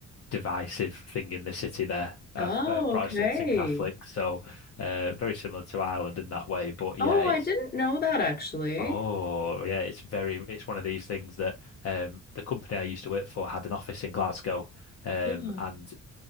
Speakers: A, on the left (about 55°); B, on the left (about 30°).
A: divisive thing in the city there of
B: Oh,
A: uh, Protestants
B: okay.
A: and Catholics. So uh, very similar to Ireland in that way. But
B: Oh,
A: yeah, it's
B: I didn't know that actually.
A: oh yeah, it's very it's one of these things that um, the company I used to work for had an office in Glasgow, um,
B: Yeah.
A: and